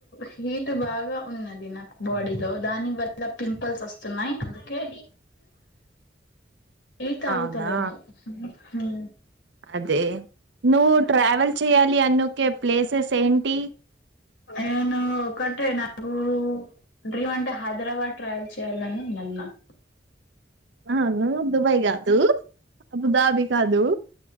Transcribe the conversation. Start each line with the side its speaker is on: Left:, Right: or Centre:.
Left: హీట్ బాగా ఉన్నది నాకు బాడీలో దాని వల్ల పింపుల్స్ వస్తున్నాయ్ అందుకే టీ తాగుతలేను
Right: అవునా
Left: హుం
Right: అదే నువ్వు ట్రావెల్ చెయాలి అనుకే ప్లేసెస్ ఏంటి
Left: నేను ఒకటే నాకు డ్రీమ్ అంటే హైదరాబాద్ ట్రావెల్ చేయాలనినున్నాది నాక్
Right: అవును దుబాయ్ కాదు అబుదాబి కాదు